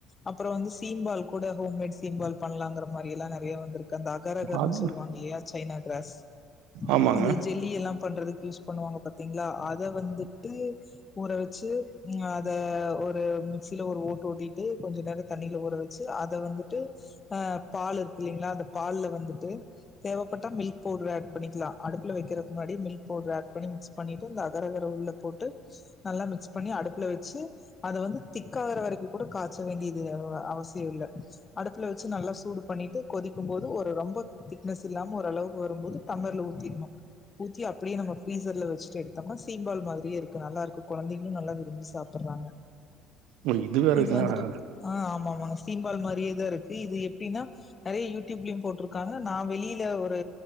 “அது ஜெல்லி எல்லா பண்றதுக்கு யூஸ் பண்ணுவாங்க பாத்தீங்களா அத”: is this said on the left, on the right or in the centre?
Left